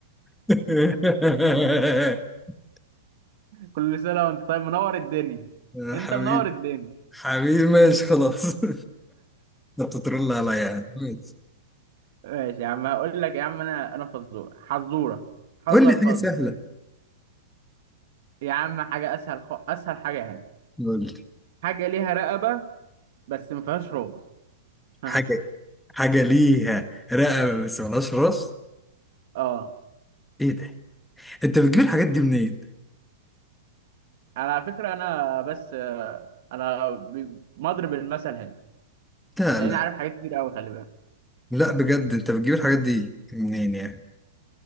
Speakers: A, in the centre; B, on the right.
A: <laughs>
B: كل سنة وانت طيب منور الدنيا
A: يا
B: انت
A: حبيبي
B: منور الدنيا
A: حبيبي ماشي خلاص <laughs> انت بتترول عليا يعني ماشي
B: ماشي يا عم هقول لك يا عم انا انا فزورة حزورة حذر
A: قول لي حاجة
B: فز
A: سهلة
B: يا عم حاجة اسهل خ... اسهل حاجة هنا
A: قول لي
B: حاجة ليها رقبة بس ما فيهاش راس ها
A: حاجة حاجة ليها رقبة بس ملهاش راس
B: اه
A: ايه ده؟ انت بتجيب الحاجات دي منين؟
B: على فكرة انا بس آه، انا ب- مضرب المثل هنا
A: لا
B: هتلاقيني
A: لا
B: عارف حاجات كتير قوي خلي بالك
A: لا بجد انت بتجيب الحاجات دي منين يعني؟